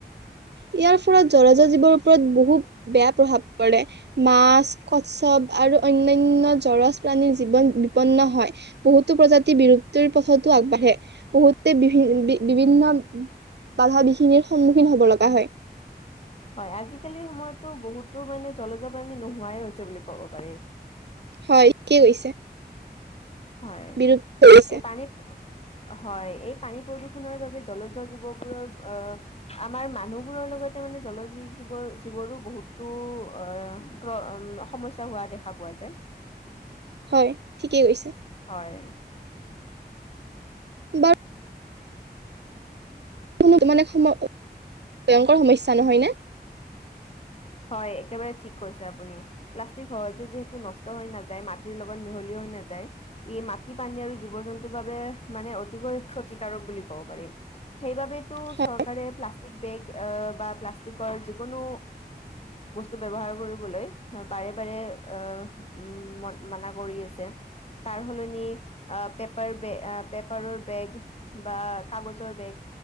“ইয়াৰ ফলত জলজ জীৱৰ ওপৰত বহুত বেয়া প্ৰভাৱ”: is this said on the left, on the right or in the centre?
Right